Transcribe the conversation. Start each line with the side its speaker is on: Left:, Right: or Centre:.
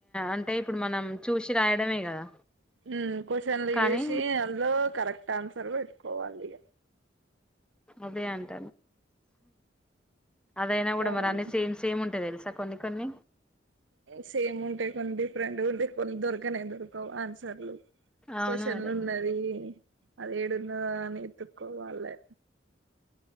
Centre: అంటే ఇప్పుడు మనం చూసి రాయడమే కదా
Right: ఉమ్ క్వషన్లు
Centre: కానీ
Right: చేసి అందులో కరెక్ట్ ఆన్సర్ పెట్టుకోవాలి ఇ
Centre: అదే అంట అదయినా కూడా
Right: కానీ
Centre: మరి అన్నీ సేమ్ సేమ్ ఉంటా తెలుసు కొన్ని కొన్ని
Right: సేమ్ ఉంటాయి కొన్ని డిఫరెంట్ ఉంటే కొన్ని దొరకన దొరక ఆన్సర్లు
Centre: అవును
Right: క్వశ్చన్లు
Centre: అదే
Right: ఉన్నది అదేడున్నది అని వెతుక్కోవాలే